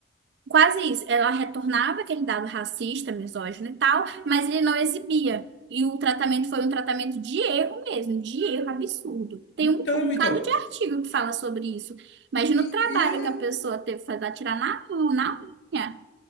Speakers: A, on the right; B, on the left.
A: quase isso, ela retornava aquele dado racista, misógino e tal, mas ele não exibia. E o tratamento foi um tratamento de erro mesmo, de erro absurdo. Tem
B: Então,
A: um, um bocado
B: então.
A: de artigo que fala sobre isso. Imagina
B: E,
A: o trabalho
B: e é.
A: que a pessoa teve que fazer, tirar na mão, na unha,